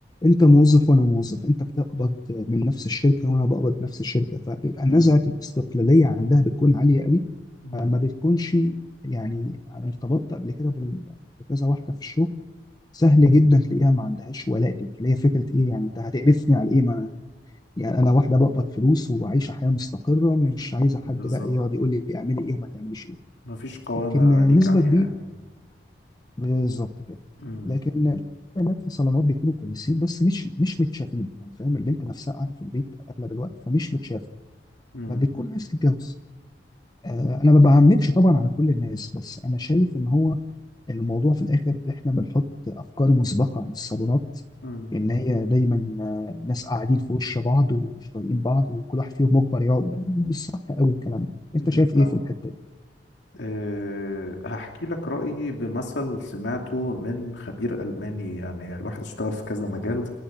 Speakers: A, on the left; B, on the left.
A: انت موظف وانا موظف انت بتقبض من نفس الشركه وانا بقبض من نفس الشركه فبيبقى
B: مم.
A: نزعه الاستقلاليه عندها بتكون عاليه قوي
B: مم.
A: فما بتكونش يعني انا ارتبطت قبل كده بال- بكذا واحده في الشغل سهل جدا تلاقيها ما عندهاش ولاء ليك اللي هي فكره ايه يعني انت هتقرفني على ايه ما يعني انا واحده بقبض فلوس وعايشه حياه مستقره مش عايزه حد
B: بالظبط
A: بقى يقعد يقول لي اعملي ايه وما تعمليش ايه
B: مفيش قوامة
A: لكن
B: ليك
A: نسبة
B: عليها
A: كبيرة
B: يعني.
A: بالظبط كده
B: مم.
A: لكن البنات في صالونات بيكونوا كويسين بس مش مش متشافين يعني فاهم البنت نفسها قاعدة في البيت أغلب الوقت فمش متشافة
B: مم.
A: فبتكون عايز تتجوز آه، أنا ما بعممش طبعا على كل الناس بس أنا شايف إن هو الموضوع في الآخر إحنا بنحط أفكار مسبقة عن الصالونات
B: مم.
A: إن هي دايما آه، ناس قاعدين في وش بعض ومش طايقين بعض وكل واحد فيهم مجبر يقعد آه، مش صح قوي الكلام ده أنت
B: بالفعل
A: شايف إيه في الحتة دي؟
B: أه هحكي لك رأيي بمثل سمعته من خبير ألماني يعني الواحد اشتغل في كذا مجال